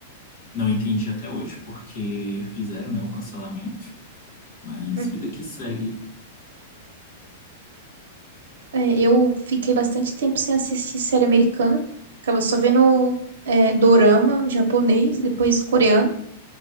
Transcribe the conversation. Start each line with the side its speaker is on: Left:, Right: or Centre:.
Left: Não entendi até hoje porque fizeram, né, o cancelamento, mas
Right: <laughs>
Left: vida que segue.
Right: É, eu fiquei bastante tempo sem assistir série americana, ficava só vendo é, dorama japonês, depois coreano.